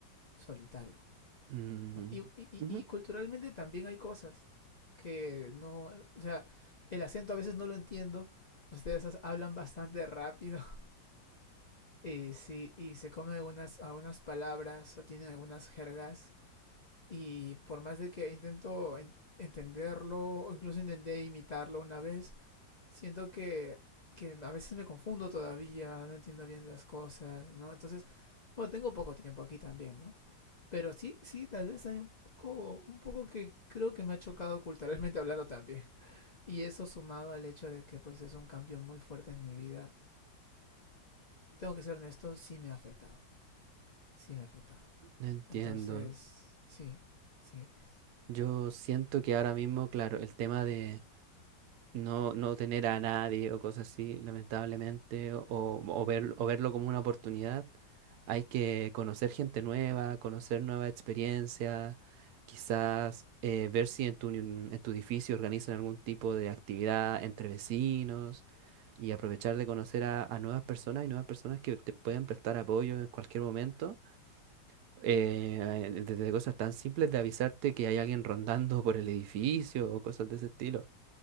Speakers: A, on the left; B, on the right.
A: solitario.
B: Mm,
A: ¿no? Y, y-
B: Ujú.
A: y culturalmente también hay cosas que no, o sea, el acento a veces no lo entiendo. Ustedes hablan bastante rápido <laughs> y, sí, y se comen algunas, algunas palabras o tienen algunas jergas y por más de que intento en- entenderlo o incluso intenté imitarlo una vez, siento que, que a veces me confundo todavía, no entiendo bien las cosas, ¿no? Entonces, bueno, tengo poco tiempo aquí también, ¿no? Pero sí, sí, tal vez hay un poco, un poco que creo que me ha chocado culturalmente hablando también. Y eso sumado al hecho de que pues es un cambio muy fuerte en mi vida, tengo que ser honesto, sí me ha afectado, sí me ha afectado.
B: no entiendo.
A: Entonces, sí, sí, pues,
B: Yo siento que ahora mismo, claro, el tema de... no, no tener a nadie o cosas así, lamentablemente, o, o, ver- o verlo como una oportunidad. Hay que conocer gente nueva, conocer nuevas experiencias, quizás eh, ver si en tu, uni- en tu edificio organizan algún tipo de actividad entre vecinos y aprovechar de conocer a, a nuevas personas y nuevas personas que te pueden prestar apoyo en cualquier momento. Eh, eh, desde cosas tan simples de avisarte que hay alguien rondando por el edificio o cosas de ese estilo.